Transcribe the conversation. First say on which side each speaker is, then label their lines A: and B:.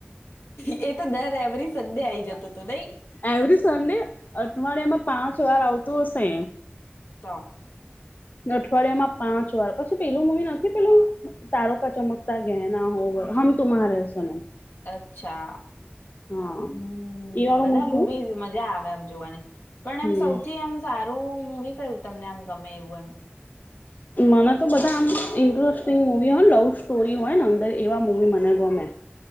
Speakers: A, on the left (about 80°); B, on the left (about 45°).
A: એ તો ન રમરી સંડે આઈ જતો હતો નઈ
B: એવરી સન્ડે અઠવાડિયા એમાં પાંચ વાર આવતું હશે
A: તો
B: અઠવાડિયામાં પાંચ વાર પછી પેલું મવી નથી પેલું તારો કા ચમકતા ગહ ના હો હમ તુમ્હાર સન
A: અચ્છા
B: હા
A: હમ
B: એ વાળું
A: બધા
B: હું છું
A: મુવીઝ મજા આવે એમ જોવાની પણ એમ
B: હમ
A: સૌથી એમ સારું વી કું તમને આમ ગમે એવું એમ
B: મને તો બધા આમ ઇન્ટરેસ્ટિંગ મૂવી હોય ને લવ સ્ટોરી હોય ને અંદર એવા મૂવી મને ગમે